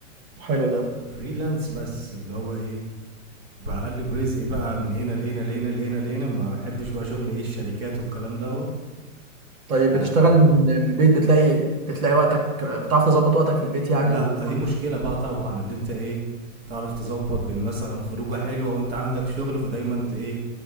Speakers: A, on the right; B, on the right.
A: حلو ده
B: فريلانس بس اللي هو ايه بقلب رزقي بقى من هنا لهنا لهنا لهنا لهنا ما بحبش بقى شغل ايه الشركات والكلام دوت
A: طيب
B: آه
A: بتشتغل من ال- من البيت بتلاقي بتلاقي وقتك بتعرف تظبط وقتك في البيت يعني
B: لا
A: و
B: دي مشكلة بقى طبعا اللي انت ايه تعرف تظبط بين مثلا خروجة حلوة وانت عندك شغل فدايما انت ايه